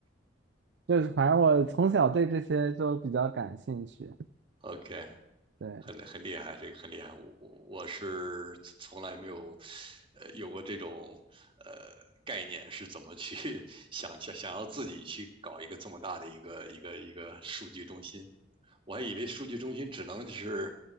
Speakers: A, on the right; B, on the right.
A: 就是反正我从小对这些就比较感兴趣。
B: OK，OK，
A: 对
B: 很很厉害，这个很厉害。我我我是从来没有，呃，有过这种呃概念，是怎么去 <laughs> 想想想要自己去搞一个这么大的一个一个一个数据中心。我还以为数据中心只能就是